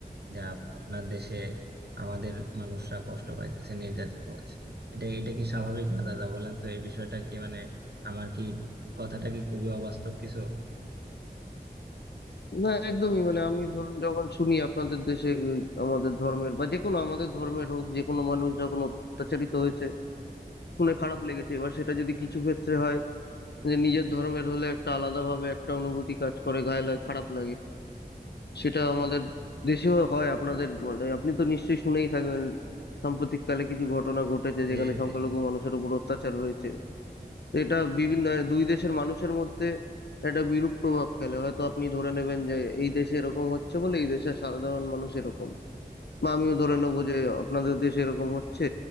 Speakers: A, on the right (about 80°); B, on the left (about 85°).
A: যা আপনার দেশে আমাদের মানুষরা কষ্ট পাইতেছে নির্যাতিত হচ্ছে এটা এটা কি স্বাভাবিক না দাদা বলেন তো এই বিষয়টা কি মানে আমার কি কথাটা কি খুবই অবাস্তব কিছু
B: না একদমই মানে আমি ধরুন যখন শুনি আপনাদের দেশে ওই আমাদের ধর্মের বা যে কোনো আমাদের ধর্মের হোক যে কোনো মানুষ যখন অত্যাচারিত হয়েছে শুনে খারাপ লেগেছে এবার সেটা যদি কিছু ক্ষেত্রে হয় যে নিজের ধর্মের হলে একটা আলাদাভাবে একটা অনুভূতি কাজ করে গায়ে লাগে খারাপ লাগে সেটা আমাদের দেশেও হয় আপনাদের মানে আপনি তো নিশ্চয়ই শুনেই থাকবেন সাম্প্রতিককালে কিছু ঘটনা ঘটেছে
A: যে
B: যেখানে সংখ্যালঘু
A: যে
B: মানুষের উপর অত্যাচার হয়েছে
A: হ্যাঁ,
B: তো এটা বিভিন্ন দুই দেশের মানুষের মধ্যে একটা বিরূপ প্রভাব ফেলে হয়তো আপনি ধরে নেবেন যে এই দেশে এরকম হচ্ছে বলে এই দেশের সাধারণ মানুষ এরকম বা আমিও ধরে নেবো যে আপনাদের দেশে এরকম হচ্ছে